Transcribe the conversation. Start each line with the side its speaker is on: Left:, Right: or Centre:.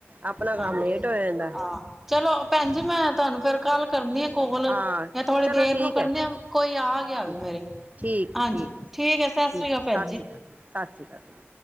Right: ਆਪਣਾ ਕੰਮ
Centre: ਹਾਂਜੀ
Right: ਲੇਟ ਹੋ ਜਾਂਦਾ
Centre: ਹਾਂ ਚਲੋ ਭੈਣ ਜੀ ਮੈਂ- ਤੁਹਾਨੂੰ ਫੇਰ ਕੱਲ ਕਰਨੀ ਆ ਕੋਲ
Right: ਹਾਂ
Centre: ਜਾਂ ਥੋੜੀ
Right: ਚਲੋ
Centre: ਦੇਰ
Right: ਠੀਕ
Centre: ਨੂੰ ਕਰਨੀ
Right: ਹੈ
Centre: ਆ, ਕੋਈ ਆ ਗਿਆ ਵੇ
Right: ਠੀਕ
Centre: ਮੇਰੇ।
Right: ਠੀਕ ਹੈ-
Centre: ਹਾਂਜੀ
Right: ਠੀਕ ਹੈ
Centre: ਸਤਿ
Right: ਠੀਕ
Centre: ਸ੍ਰੀ
Right: ਸਤਿ
Centre: ਅਕਾਲ ਭੈਣ ਜੀ
Right: ਸ਼੍ਰੀ ਅਕਾਲ ਸਤਿ ਸ਼੍ਰੀ ਅਕਾਲ ਜੀ।